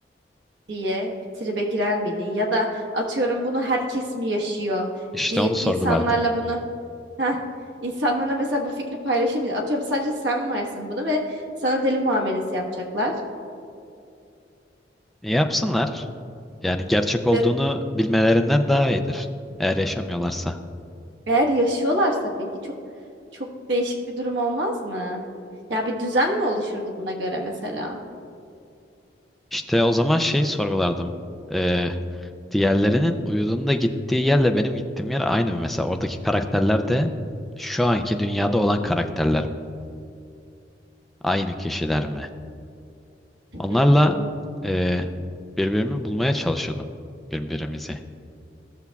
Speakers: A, on the right; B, in the centre.
A: diye bir tribe girer miydin? Ya da atıyorum bunu herkes mi yaşıyor
B: işte
A: deyip
B: onu sorgulardım.
A: insanlarla bunu heh, insanlarla mesela bu fikri paylaşır mıydın? Atıyorum sadece sen varsın bunu ve sana deli muamelesi yapacaklar.
B: E, yapsınlar. Yani gerçek olduğunu
A: Ve
B: bilmelerinden daha iyidir. Eğer yaşamıyorlarsa.
A: eğer yaşıyorlarsa peki çok çok değişik bir durum olmaz mı? Ya bir düzen mi oluşurdu buna göre mesela?
B: İşte o zaman şey sorgulardım. E, diğerlerinin uyuduğunda gittiği yerle benim gittiğim yer aynı mı? Mesela oradaki karakterler de şu anki dünyada olan karakterler mi? Aynı kişiler mi?
A: Hmm.
B: Onlarla e, birbirimi bulmaya çalışırdım. Birbirimizi.